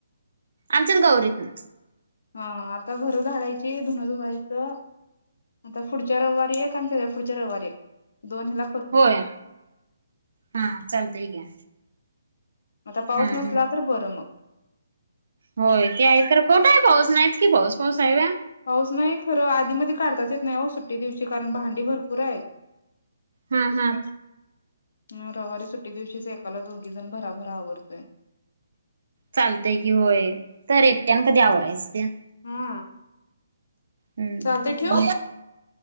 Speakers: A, on the right (about 70°); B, on the left (about 65°).
A: आमच्याच गावरीतन
B: हा आता घर झाडायची, धुनं धुवायचं. आता पुढच्या रविवारी एक आणि तेज्या पुढच्या रविवारी एक दोन हेला
A: होय, हा चालतंय की.
B: आता पाऊस
A: हम्म.
B: नसला तर बरं मग.
A: होय ते आहेच खर कुठ हाय पाऊस नाहीच की पाऊस. पाऊस आहे व्हय?
B: पाऊस नाही खरं आधी मधी काढताच येत नाही ओ सुट्टी दिवशी, कारण भांडी भरपूर आहेत.
A: हा, हा.
B: हा रवीवारी सुट्टी दिवशीच एकाला दोघी जण भराभर आवरतोय.
A: चालतय की होय. तर एकट्यानं कधी आवरायच ते.
B: हा.
A: हम्म.
B: चालतय ठेवू